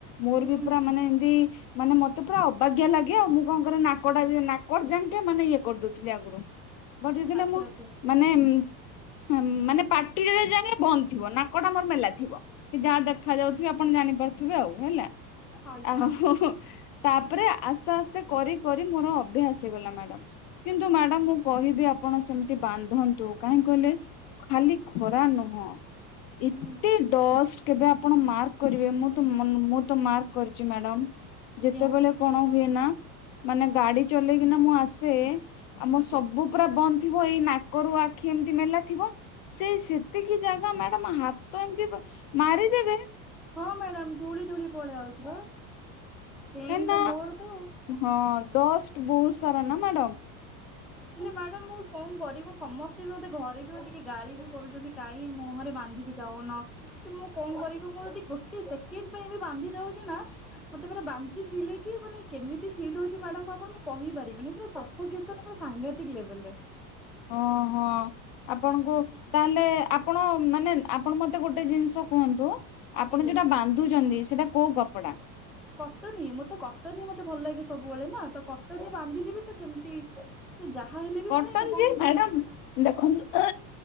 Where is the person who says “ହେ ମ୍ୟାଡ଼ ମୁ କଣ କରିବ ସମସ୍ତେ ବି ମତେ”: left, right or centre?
Centre